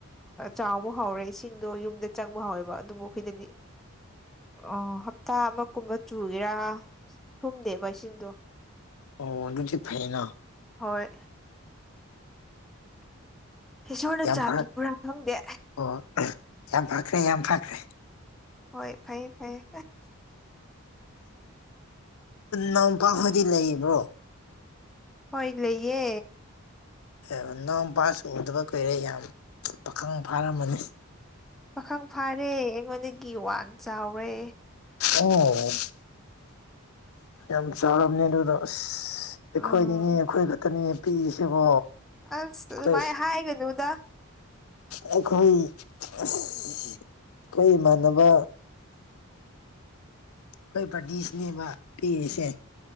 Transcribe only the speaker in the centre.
ꯆꯥꯎꯕ ꯍꯧꯥꯎꯔꯦ ꯏꯁꯤꯡꯗꯣ ꯌꯨꯝꯗ ꯆꯪꯕ ꯍꯥꯎꯋꯦꯕ ꯑꯗꯨꯕꯨ ꯑꯩꯈꯣꯏꯅꯗꯤ ꯑꯣ ꯍꯞꯇꯥ ꯑꯃ ꯀꯨꯝꯕ ꯆꯨꯒꯦꯔꯥ ꯊꯨꯝꯗꯦꯕ ꯏꯁꯤꯡꯗꯣ
ꯍꯣꯏ ꯏꯁꯣꯔꯅ
ꯆꯥꯟꯕꯤꯕ꯭ꯔꯥ
ꯈꯪꯗꯦ
ꯍꯣꯏ ꯐꯩꯌꯦ ꯐꯩꯌꯦ
ꯍꯣꯏ ꯂꯩꯌꯦ
ꯄꯥꯈꯪ ꯐꯥꯔꯦ ꯑꯩꯉꯣꯟꯗꯒꯤ ꯋꯥꯡ ꯆꯥꯎꯔꯦ
ꯑꯥ
ꯑꯁ ꯑꯗꯨꯃꯥꯏ
ꯍꯥꯏꯒꯅꯨꯗ
<inaudible>